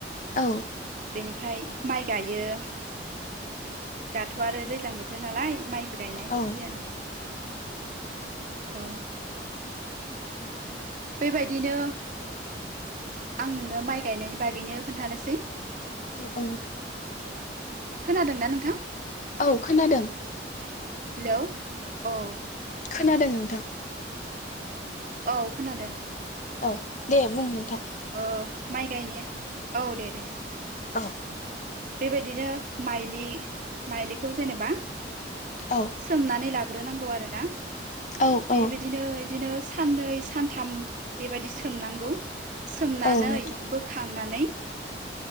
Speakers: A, on the left; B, on the right.
A: औ
B: बेनिफ्राय माइ गायो । दाथ' आरो दैज्लां बोथोर नालाय माइबो गायनाय
A: औ
B: सिजोन औ बेबायदिनो आं नोंनो माइ गायनायनि बागैनो खोन्थानोसै
A: औ औ
B: खोनादोंना नोंथां?
A: औ खोनादों
B: हेलौ औ
A: खोनादों नोंथां
B: औ खोनादों
A: औ दे बुं नोंथां
B: औ माइ गायनाय औ दे दे
A: औ
B: बेबायदिनो माइलि माइलिखौ जेनेबा
A: औ
B: सोमनानै लाग्रोनांगौ आरोना
A: औ औ
B: बेबायदिनो बिदिनो साननै सानथाम बेबायाददि सोमनांगौ सोमनानै
A: औ नोंथां
B: बोखांनानै